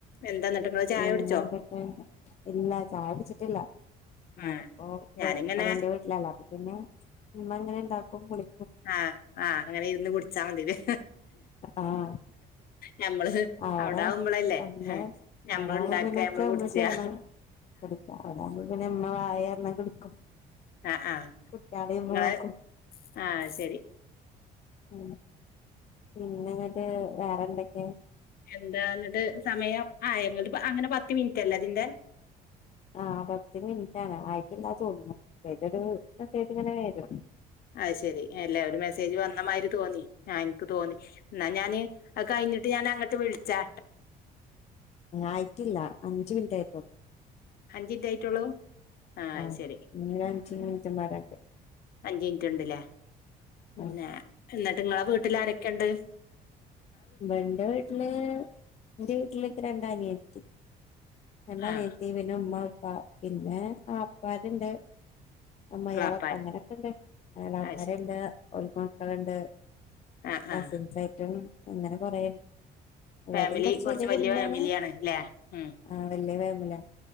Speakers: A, on the left; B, on the left.
A: എന്താ എന്നിട്ട് നിങ്ങള് ചായ
B: പിന്നെ
A: കുടിച്ചോ
B: <unintelligible> ഇല്ല ചായ കുടിച്ചിട്ടില്ല ഞാനിപ്പോ
A: ആഹ്
B: ഇവ
A: ഞാനിങ്ങനെ
B: ഇവിടെ എന്റെ വീട്ടിലാ ഇള്ളെ അപ്പ പിന്നെ ഇമ്മ എങ്ങനെണ്ടാക്കും വിളി
A: ആഹ് ആഹ് അങ്ങനെ ഇരുന്ന് കുടിച്ചാ മതില്ലേ
B: ആഹ്
A: ഞമ്മള്
B: അവിടെ
A: അവിടാകുമ്പോളല്ലേ
B: നമ്മള്
A: ഞമ്മള്
B: അവിടാവുമ്പോ
A: ഉണ്ടാക്കി
B: പിന്നൊക്കെ
A: ക്കെ നമ്മള് കുടിച്ചിയാ
B: ചെയ്യണം <unintelligible> അവിടാവുമ്പോ പിന്നെ ഇമ്മളായ കാരണം കുടിക്കും
A: ആഹ് ആഹ്
B: കുട്ടികളെ ഇമ്മ
A: നിങ്ങളെ
B: നോക്കും
A: ആഹ് ശരി
B: ഉം പിന്നങ്ങ്ട്ട് വേറെ എന്തൊക്കെയാ
A: എന്താ എന്നിട്ട് സമയം ആഹ് എന്നിട്ട് അങ്ങനെ പത്ത് മിനിറ്റല്ലേ അതിന്റെ
B: ആഹ് പത്ത് മിനിറ്റ് ആണ് ആയിട്ടില്ലാ തോന്നുണു <unintelligible> രസായിട്ടിങ്ങനെ വരോ
A: ആഹ് ശെരി അല്ലേ ഒരു മെസ്സേജ് വന്നമാതിരി തോന്നി ആഹ് എന്ക്ക് തോന്നി എന്നാ ഞാന് അ കഴിഞ്ഞിട്ട് ഞാനങ്ങട്ട് വിളിച്ചാ
B: അ ആയിട്ടില്ല. അഞ്ച മിനിറ്റ് ആയിട്ടോള്ളൂ.
A: അഞ്ചിറ്റ ആയിട്ടള്ളൂ? ആഹ
B: ആഹ്
A: ശരി
B: ഇനി ഒരു അഞ്ച് മിനിറ്റും വരണ്ട്
A: അഞ്ച മിനിറ്റ്ണ്ടല്ലേ? പിന്നെ
B: ആഹ്
A: എന്നിട്ട് നിങ്ങളെ വീട്ടിൽാരൊക്കെയ ഉണ്ട്?
B: വന്റെ വീട്ടില് എറെ വീട്ടിലേക്കെ രണ്ടനിയത്തി. രണ്ടനിയത്തി
A: ആഹ്
B: പിന്നെ ഉമ്മ ഉപ്പാ പിന്നെ ആ അപ്പരുണ്ട്. അമ്മയിലൊക്കെ
A: എളാപ്പാര്
B: ക്കങ്ങനക്കുണ്ട്. എളാപരെല്ലാ
A: അത് ശരി
B: ഓൽക്ക്മകളുണ്ട്.
A: ആഹ്
B: കസിൻസ്
A: ആഹ്
B: സായിറ്റും അങ്ങനെ കൊറേ എവിടയും
A: ഫാമിലി
B: കൊറച്ച
A: കുറച്ച്
B: വലിയ കുടുംബാണ്.
A: ഫാമിലിയാണ് ല്ലേ ഉം
B: ആഹ വല്ലേ ഫേമലിയാ.